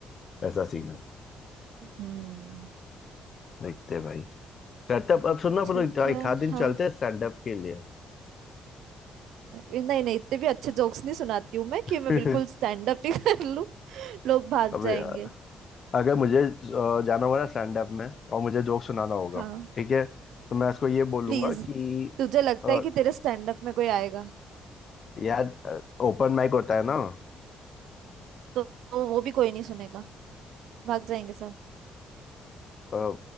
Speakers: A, on the left; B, on the right.
A: ऐसा सीन है
B: हम्म
A: देखते हैं भाई चलते अब अब सुनना अपन
B: ठीक
A: लोग एक
B: है
A: एक आध दिन
B: हाँ
A: चलते हैं स्टैंड अप के लिए
B: नहीं नहीं इतने भी अच्छे जोक्स नहीं सुनाती हूँ मैं
A: <laughs>
B: कि मैं बिल्कुल स्टैंड अप ही <laughs> कर लूँ लोग भाग
A: अब
B: जाएंगे
A: यार, अगर मुझे अ, जाना होगा ना स्टैंड अप में और मुझे जोक सुनाना होगा
B: हाँ
A: ठीक है तो मैं उसको ये बोलूंगा
B: प्लीज
A: कि
B: तुझे लगता
A: अ,
B: है कि तेरे स्टैंड अप में कोई आएगा
A: यार ओपन माइक होता है ना
B: तो, तो वो भी कोई नहीं सुनेगा भाग जाएंगे सब
A: अ,